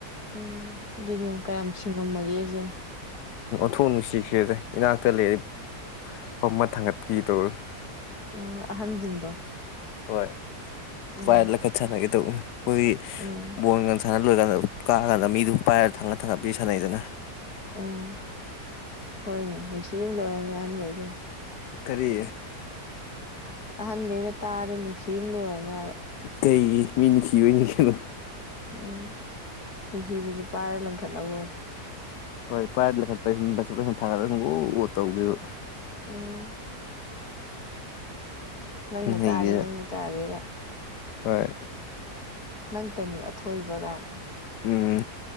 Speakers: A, on the left; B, on the left.
A: ꯎꯝ ꯑꯗꯨꯗꯤ ꯀꯌꯥꯝ ꯁꯤꯡꯉꯝꯃꯒꯦꯖꯦ
B: ꯊꯣꯡ ꯅꯨꯡꯁꯤꯈ꯭ꯔꯦꯗ ꯏꯅꯥꯛꯇ ꯂꯩꯔꯗꯤ ꯐꯃ ꯊꯥꯡꯒꯠꯄꯤꯒꯦ ꯇꯧꯔ
A: ꯎꯝ ꯑꯍꯟꯁꯤꯡꯗꯣ
B: ꯍꯣꯏ
A: ꯎꯝ
B: ꯄꯥꯏ ꯂꯡꯈꯠ ꯁꯅꯒꯦ ꯇꯧꯅꯤ ꯑꯩꯈꯣꯏ
A: ꯎꯝ
B: ꯕꯣꯟꯒ ꯁꯅ ꯂꯣꯏꯀꯥꯟꯗ ꯀꯀꯥꯟꯗ ꯃꯤꯗꯨ ꯄꯥꯏꯔ ꯊꯪꯉꯒ ꯊꯪꯒꯄꯤ ꯁꯥꯟꯅꯩꯗꯅ
A: ꯎꯝ ꯍꯣꯏꯅꯦ ꯅꯨꯡꯁꯤꯝ ꯂꯣꯏꯔꯅꯤ ꯑꯍꯟꯒꯩ ꯗꯨꯅ
B: ꯀꯔꯤ
A: ꯑꯍꯟꯈꯩꯅ ꯇꯥꯔ ꯅꯨꯡꯁꯤꯅ ꯂꯣꯏꯔꯅꯦꯕ
B: ꯀꯩꯒꯤ ꯅꯨꯡꯁꯤꯕꯩꯅꯤ ꯀꯩꯅꯣ
A: ꯎꯝ ꯅꯨꯡꯁꯤꯕꯁꯨ ꯄꯥꯏꯔ ꯂꯪꯈꯠꯅꯕꯑꯣꯏꯔꯦ
B: ꯍꯣꯏ ꯄꯥꯏ ꯂꯩ ꯄꯥꯏꯅꯤꯡꯕ <unintelligible> ꯒꯨ ꯒꯨ ꯇꯧꯗꯣꯏꯕ
A: ꯎꯝ ꯅꯪꯅ
B: ꯅꯩꯒꯦꯅ
A: ꯀꯥꯗꯩ ꯅꯪꯅ ꯀꯔꯥꯏꯗꯒꯤ
B: ꯍꯣꯏ
A: ꯅꯪꯇꯅꯤ ꯑꯊꯣꯏꯕꯒꯥꯏꯅ
B: ꯎꯝ